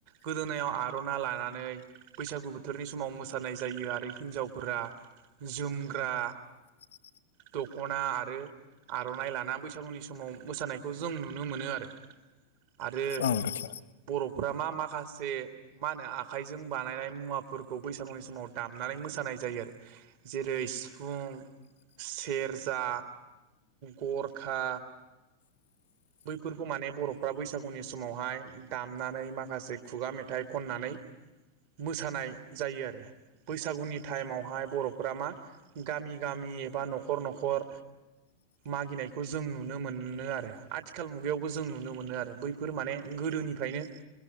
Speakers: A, on the right; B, on the left.
A: गोदोनायाव आर'ना लानानै बैसागु बोथोरनि समाव मोसानाय मोसानाय जायो आरो हिन्जावफोरा जोमग्रा
B: <unintelligible> <inaudible>
A: दख'ना आरो आर'नाइ लाना बैस बैसागुनि समाव मोसानायखौ जों नुनो मोनो आरो आरो
B: औ दोगथार
A: बर'फ्रा मा माखासे मा होनो आखाइजों बानायनाय मुवाफोरखौ बैसागुनि समाव दामनानै मोसानाय जायो आरो जेरै सिफुं सेरजा गर खा
B: <unintelligible> <inaudible>
A: बैफोरखौ माने बर'फ्रा बैसागुनि समावहाय दामनानै माखासे खुगा मेथाइ खननानै मोसानाय जायो आरो बैसागुनि टाइमावहाय बर'फ्रा मा गामि गामि बा नखर नखर मागिनाय खौ जों नुनो मोनो आरो आथिखाल मुगायावबो जों नुनो मोनो आरो बैफोर माने गोदोनिफ्रायनो